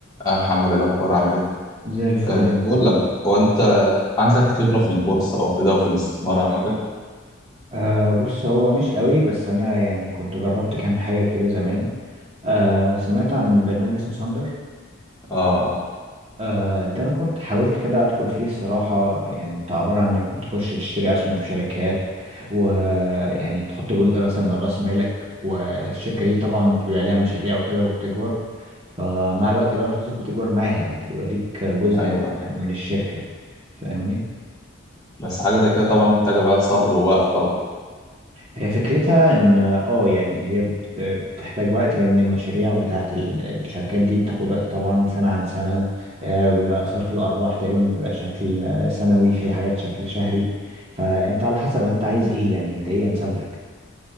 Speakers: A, on the left; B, on the right.
A: يا محمد إيه الأخبار عامل إيه؟
B: زي الفل
A: أه كنت
B: انت
A: بقول لك هو أنت عندك خبرة في البورصة أو كده أو في الاستثمار عامة؟
B: آه بص هو مش قوي بس انا يعني كنت جربت كام حاجه كده زمان آه سمعت عن برنامج اسمه ساندر
A: آه آه
B: آه ده انا كنت حاولت كده ادخل فيه الصراحه يعني انت عباره عن انك بتخش تشتري اسهم في شركات ويعني تحط جزء مثلا من راس مالك والشركه دي طبعا بيبقى ليها مشاريع وكده وبتكبر فمع الوقت بقى فلوسك بتكبر معاها يعني انت بيبقى ليك جزء
A: أيوه
B: من من الشركه فاهمني
A: بس حاجة زي كده طبعا محتاجة بقى صبر ووقت طبعا
B: هي فكرتها ان اه يعني هي بت- بتحتاج وقت لان المشاريع بتاعت ال- الشركات دي بتاخد وقت طبعا سنة عن سنة آه، وبيبقى صرف الارباح تقريبا بيبقى شكل آه، سنوي في حاجات شكل شهري فانت على حسب ما انت عايز ايه يعني انت ايه انسب لك